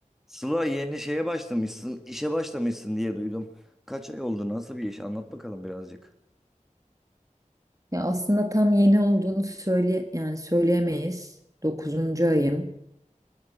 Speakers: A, in the centre; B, on the right.
A: Sıla yeni şeye başlamışsın, işe başlamışsın diye duydum. Kaç ay oldu, nasıl bir iş? Anlat bakalım birazcık.
B: Ya aslında tam yeni olduğunu söyle yani söyleyemeyiz. Dokuzuncu ayım.